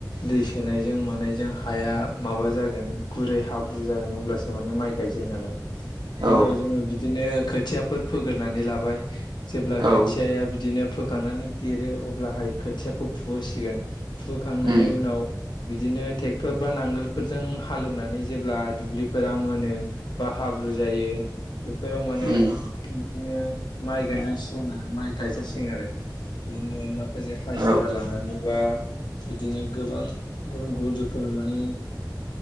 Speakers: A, on the left (about 85°); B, on the right (about 80°).
A: दै सोनायजों माने जों हाया माबा जागोन गुरै हाब्रु जागोन अब्लासो माने माइ गायजायो नालाय गिबियाव
B: औ
A: जोङो बिदिनो खोथियाफोर फोगोरोननानै लाबाय जेब्ला खोथियाया
B: औ
A: बिदिनो फोखांनानै देरो अब्लाहाय खोथियाखौ फुहोसिगोन फुखांनानै
B: उम
A: उनाव बिदिनो ट्रेक्टर बा नांगोलफोरजों हालेवनानै जेब्ला दुब्लि फोरा मोनो बा हाब्रु जायो बेफोराव माने
B: उम
A: बिदिनो माइ गायनांसिगोन आरो माइ गायजासिगोन आरो बिदिनो माखासे हाजिरा
B: औ
A: लानानै बा बिदिनो गोबां गुबुन गुबुन रोखोम माने